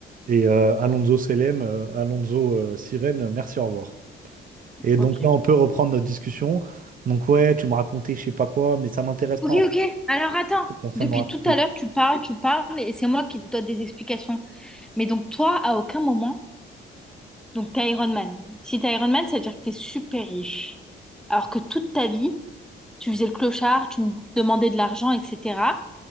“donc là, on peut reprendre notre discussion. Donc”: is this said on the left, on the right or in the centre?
Right